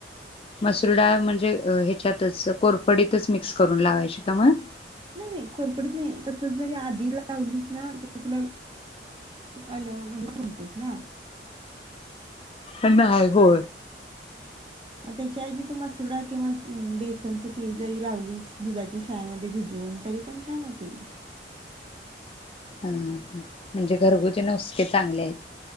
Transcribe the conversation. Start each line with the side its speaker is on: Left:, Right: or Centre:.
Left: मसुर डाळ म्हणजे ह्याच्यातच कोरफडीतच मिक्स करून लावायची का मग
Right: नाही नाही कोरपडीत नाही तसंच जरी आधी लावलीच ना ते तुला <inaudible> आलं म्हणजे कोणतेच ना
Left: पण <inaudible> नाहीय गो
Right: त्याच्या ऐवजी तुम्हास सोडा किंवा बेसन च पीठ जरी लावलीस दुधाच्या शायामध्ये भिजवून तरी पण छान होतील
Left: ह म्हणजे घरगुती नुसके चांगले आहेत